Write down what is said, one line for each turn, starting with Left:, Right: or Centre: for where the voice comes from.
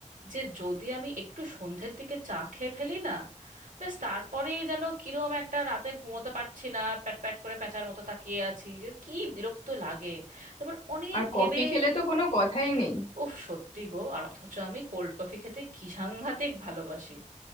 Right: যে যদি আমি একটু সন্ধ্যের দিকে চা খেয়ে ফেলি না ব্যাস তারপরেই যেন কিরম একটা রাতে ঘুমোতে পারছি না প্যাট প্যাট করে প্যাঁচার মতো তাকিয়ে আছি যে কি বিরক্ত লাগে তারপর অনেক
Left: আর কফি
Right: ভেবে
Left: খেলে তো কোনো কথাই নেই
Right: উফ সত্যি গো আর অথচ আমি কোল্ড কফি খেতে কি সাংঘাতিক ভালোবাসি